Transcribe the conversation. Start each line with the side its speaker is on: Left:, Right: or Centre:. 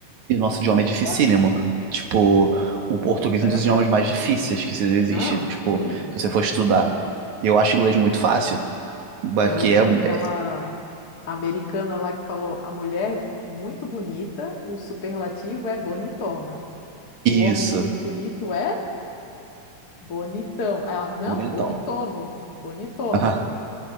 Right: E o nosso idioma é
Left: não
Right: dificílimo.
Left: dá.
Right: Tipo, o português
Left: É.
Right: é um dos idiomas mais difíceis que existe.
Left: Não,
Right: Tipo,
Left: terrível.
Right: se você for estudar. Eu acho inglês muito fácil. Mas
Left: Eu
Right: Porque
Left: lembro
Right: é é
Left: daquela. a americana lá que falou: a mulher muito bonita, o superlativo é bonitona.
Right: isso.
Left: O homem muito bonito é bonitão. Aí Ela, não,
Right: Bonitão.
Left: bonitono,
Right: <laughs>
Left: bonitono.
Right: Aham.